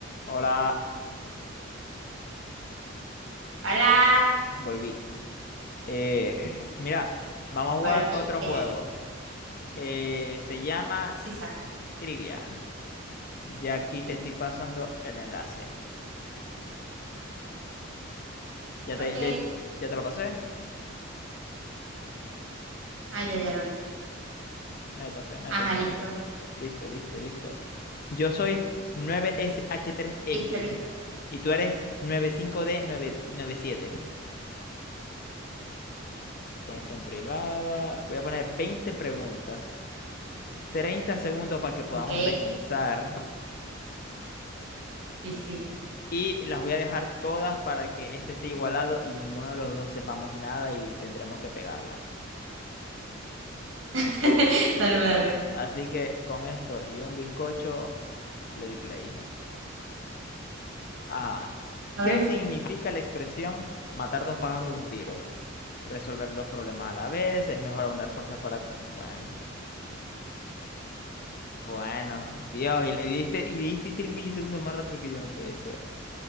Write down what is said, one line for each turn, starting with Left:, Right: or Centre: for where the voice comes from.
Left: Hola,
Right: Hola,
Left: volví. Eh, <laughs> mira, vamos a jugar
Right: volviste.
Left: otro juego. Eh, se llama
Right: Sisa.
Left: Trivia. Ya aquí te estoy pasando el enlace. ¿Ya te,
Right: Ok.
Left: ya, ya te lo pasé?
Right: Ah, ya, ya lo vi.
Left: Métase, métase,
Right: Ajá, listo.
Left: métase. Listo, listo, listo. Yo soy 9 sh tres x
Right: Listo, listo.
Left: y tú eres nueve cinco d 997 Voy a poner esto en privada. Voy a poner veinte preguntas. 30 segundos para que podamos
Right: Ok.
Left: pensar.
Right: sí sí.
Left: Y las voy a dejar todas para que este esté igualado y ninguno de los dos sepamos nada y tendremos que pegarlas.
Right: <laughs> Dale, dale.
Left: Así que con esto y un bizcocho le di play. Ah,
Right: A
Left: ¿qué
Right: ver,
Left: significa la expresión matar dos pájaros de un tiro? Resolver dos problemas a la vez, es mejor aunar fuerzas para... Bueno, bueno, Dios, y le diste, y le diste tres milisegundos más rápido que yo, no puede ser.